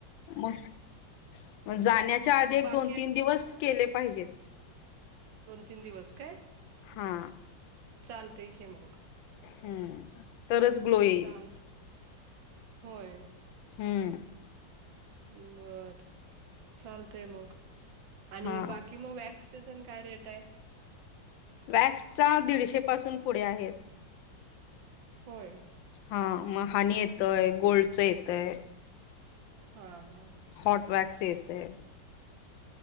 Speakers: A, on the left; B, on the right.
A: मग जाण्याच्या आधी
B: मग
A: एक
B: बाकी
A: दोन
B: आणि
A: तीन दिवस केले पाहिजेत.
B: दोन तीन दिवस काय?
A: हा
B: चालतंय की मग.
A: हम्म तरच ग्लो येईल
B: चालतं होय.
A: हम्म
B: बरं. चालतंय मग आणि
A: हा
B: बाकी मग वॅक्सचंन काय रेट आहे?
A: वॅक्स चा दीडशे पासून पुढे आहेत.
B: होय.
A: हा मग हनी येतंय गोल्डचं येतय
B: हा हं
A: हॉट वॅक्स येतंय.